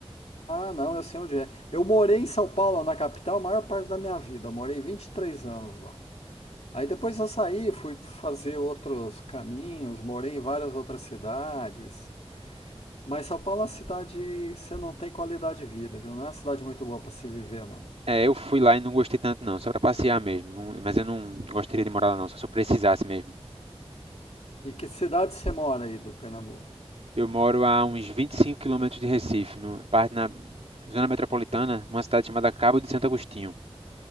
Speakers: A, on the left (about 80°); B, on the right (about 70°).
A: ah, não, eu sei onde é. Eu morei em São Paulo, na capital, a maior parte da minha vida. Eu morei 23 anos lá. Aí depois eu saí, fui fazer outros caminhos, morei em várias outras cidades. Mas São Paulo é uma cidade, você não tem qualidade de vida, viu? Não é uma cidade muito boa para se viver, não.
B: É, eu fui lá e não gostei tanto não, só para passear mesmo. Não- mas eu não gostaria de morar lá não, só se eu precisasse mesmo.
A: E que cidade você mora aí do Pernambuco?
B: Eu moro a uns 25 quilômetros de Recife, no, parte na zona metropolitana, numa cidade chamada Cabo de Santo Agostinho.